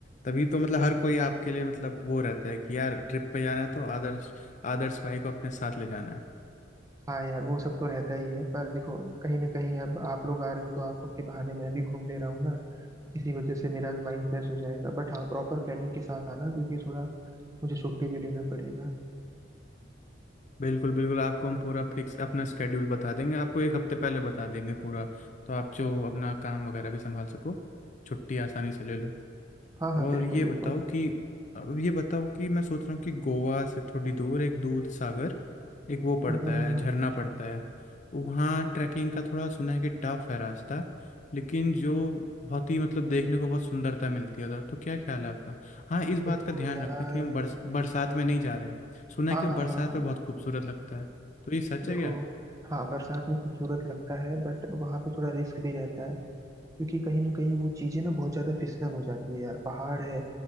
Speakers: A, on the left; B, on the right.
A: तभी तो मतलब हर कोई आपके लिए मतलब वो रहता है कि यार ट्रिप पे जाना है तो आदर्श आदर्श भाई को अपने साथ ले जाना है
B: हाँ यार वो सब तो रहता ही है पर देखो कहीं ना कहीं अब आप लोग आ रहे हो तो आप लोग के बहाने मैं भी घूम ले रहा हूँ ना इसी वजह से मेरा भी माइंड फ्रेश हो जाएगा बट हाँ प्रॉपर प्लानिंग के साथ आना क्योंकि थोड़ा मुझे छुट्टी भी लेना पड़ेगा
A: बिल्कुल बिल्कुल आपको हम पूरा फिक्स अपना स्केड्यूल बता देंगे आपको एक हफ्ते पहले बता देंगे पूरा तो आप जो अपना काम वगैरह भी संभाल सको छुट्टी आसानी से ले लो
B: हाँ हाँ
A: और
B: बिल्कुल
A: ये
B: बिल्कुल
A: बताओ कि अब ये बताओ कि मैं सोच रहा हूँ कि गोवा से थोड़ी दूर एक दूध सागर एक वो पड़ता
B: हाँ हाँ
A: है
B: हाँ
A: झरना पड़ता है वहाँ ट्रैकिंग का थोड़ा सुना है कि टफ है रास्ता लेकिन जो बहुत ही मतलब देखने को बहुत सुंदरता मिलती है उधर तो क्या ख्याल है आपका हाँ इस
B: देखो
A: बात का ध्यान
B: यार
A: रखना कि हम बरस, बरसात में नहीं जा रहे हैं सुना
B: हाँ
A: है कि
B: हाँ
A: बरसात
B: हाँ हाँ
A: में बहुत खूबसूरत लगता है तो ये सच
B: देखो
A: है क्या
B: हाँ बरसात में खूबसूरत लगता है बट वहाँ पे थोड़ा रिस्क भी रहता है क्योंकि कहीं ना कहीं वो चीजें ना बहुत ज्यादा फिसलन हो जाती है यार पहाड़ है